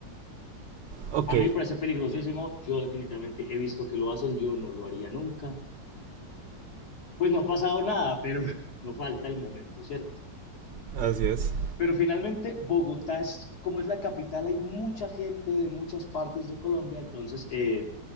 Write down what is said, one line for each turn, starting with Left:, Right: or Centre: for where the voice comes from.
Right: Ok,
Left: A mí me parece peligrosísimo, yo definitivamente he visto que lo hacen, yo no lo haría nunca. Pues no ha pasado nada, pero <laughs> no falta el momento, ¿cierto?
Right: así es.
Left: Pero finalmente, Bogotá es, como es la capital, hay mucha gente de muchas partes de Colombia, entonces eh,